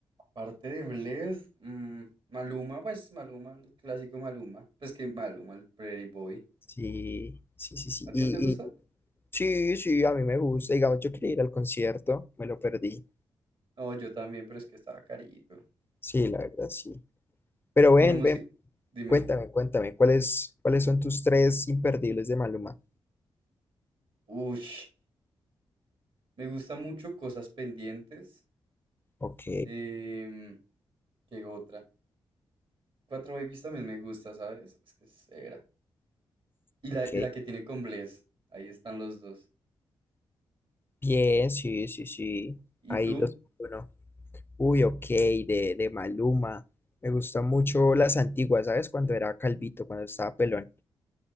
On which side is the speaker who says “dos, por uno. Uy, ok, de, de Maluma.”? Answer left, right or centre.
Left